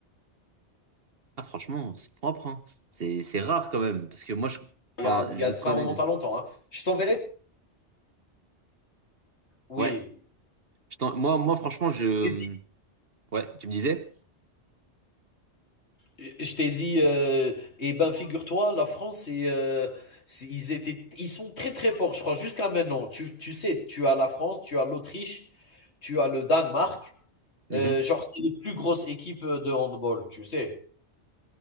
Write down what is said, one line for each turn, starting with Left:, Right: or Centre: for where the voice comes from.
Right: Ah, franchement, c'est propre, hein. C'est, c'est rare quand même, parce que moi, je,
Left: il
Right: enfin,
Left: y a, il
Right: je
Left: y a-
Right: connais,
Left: ça remonte
Right: le-
Left: à longtemps. hein. Je t'enverrai. Oui.
Right: ouais, je t'en- moi, moi, franchement, je,
Left: Je t'ai dit.
Right: ouais, tu me disais?
Left: Je t'ai dit, euh, eh ben figure-toi, la France, c'est, euh, c'est- ils étaient, ils sont très très forts, je crois, jusqu'à maintenant. Tu, tu sais, tu as la France, tu as l'Autriche, tu as le Danemark.
Right: Mhm.
Left: Euh, genre, c'est les plus grosses équipes de handball, tu sais.